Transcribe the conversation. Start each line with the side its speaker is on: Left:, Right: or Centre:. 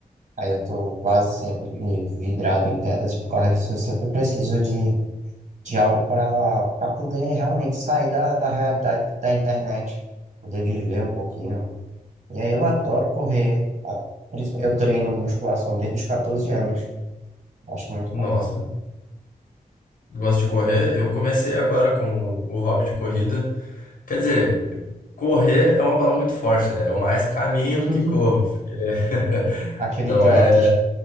Right: Aí eu tô quase sempre vidrado em telas por causa disso, eu sempre preciso de de algo para para poder realmente sair da, da realidade da internet, poder viver um pouquinho. E aí eu adoro correr, a- por isso eu treino musculação desde os 14 anos, acho muito
Left: nossa.
Right: bacana.
Left: Gosto de correr. Eu comecei agora com o hobby de corrida. Quer dizer, correr é uma palavra muito forte, né? Eu mais caminho
Right: <laughs>
Left: do que corro. porque <laughs>
Right: Aquele
Left: Não
Right: trote,
Left: é,